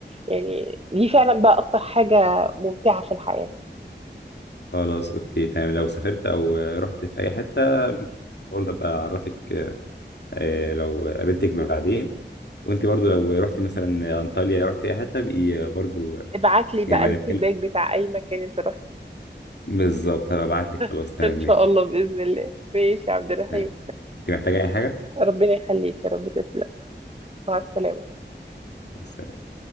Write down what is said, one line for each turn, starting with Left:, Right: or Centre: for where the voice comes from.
Right: يعني دي فعلا بقى أكتر حاجة ممتعة في الحياة
Left: خلاص اوكي تمام لو سافرت او رحت في اي حته برضه ابقى اعرفك آه، لو قابلتك بعدين وانت برضه لو رحتي مثلا انطاليا رحتي اي حته بقي برضه
Right: ابعت لي بقى
Left: يبقى
Right: الفيدباك
Left: نتكلم
Right: بتاع أي مكان أنت رحت
Left: بالظبط هبقى ابعت لك خلاص
Right: <laughs>
Left: تمام
Right: إن
Left: ماشي
Right: شاء الله بإذن الله ماشي يا عبد الرحيم
Left: تمام انت محتاجه اي حاجه
Right: ربنا يخليك يا رب تسلم مع السلامة
Left: مع السلامة.